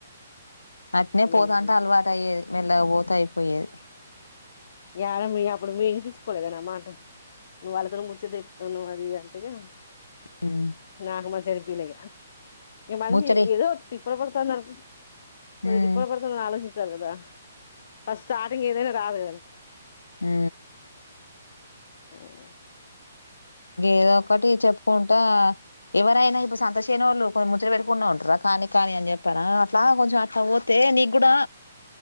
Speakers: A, on the left; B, on the left.
A: అట్నే పోతంటే
B: ఏముంది
A: అలవాటు అయ్యేది మెల్లగా పోతే అయిపోయేది
B: యాడ మీ అప్పుడు మీరు వినిపిచుకోలేగా నా మాట నువ్వు ఆలతోని ముచ్చటె తున్నవ్ అది ఇది అంతేగా
A: ఉమ్
B: నాకు మంచిగనిపీలే ఇగా ఈ మనిషి
A: ముచ్చడి
B: ఏదో పొగుడుతందనుకుం కొద్దీ
A: ఉమ్
B: తిప్పల్ పడుతుంది ఆలోచించు చలదా ఫస్ట్ స్టార్టింగ్ ఏదైనా రాదు కద
A: ఊ
B: ఓస్
A: ఏదో ఒకటి చెప్పుకుంటా ఎవరైనా ఇప్పుడు సంతో చేనే వాళ్ళు కొ ముచ్చటపెట్టుకుంటనే ఉంటారా కానీ కాని అని చెప్పారా అట్లా కొంచెం అట్లా పోతే నీకు కూడా